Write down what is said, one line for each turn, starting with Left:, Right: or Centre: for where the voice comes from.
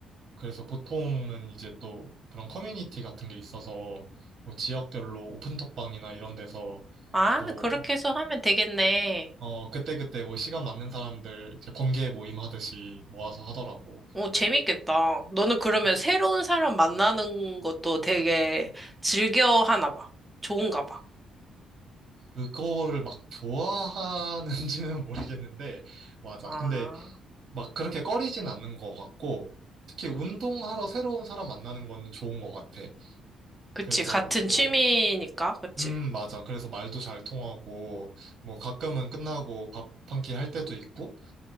Right: 그래서 보통은 이제 또 그런 커뮤니티 같은 게 있어서 뭐 지역별로 오픈톡방이나 이런 데서
Centre: 아,
Right: 또,
Centre: 그렇게 해서 하면 되겠네.
Right: 어, 그때그때 뭐 시간 맞는 사람들 이제 번개 모임 하듯이 모아서 하더라고.
Centre: 오, 재밌겠다. 너는 그러면
Right: 어,
Centre: 새로운 사람 만나는 것도 되게 즐겨 하나 봐. 좋은가 봐.
Right: 그거를 막 좋아하는지는 <laughs> 모르겠는데, 맞아.
Centre: 아,
Right: 근데 막 그렇게 꺼리진 않는 것 같고, 특히 운동하러 새로운 사람 만나는 건 좋은 것 같아.
Centre: 그치.
Right: 그래서
Centre: 같은
Right: 뭐
Centre: 취미니까, 그치.
Right: 음, 맞아. 그래서 말도 잘 통하고, 뭐 가끔은 끝나고 밥 한 끼 할 때도 있고,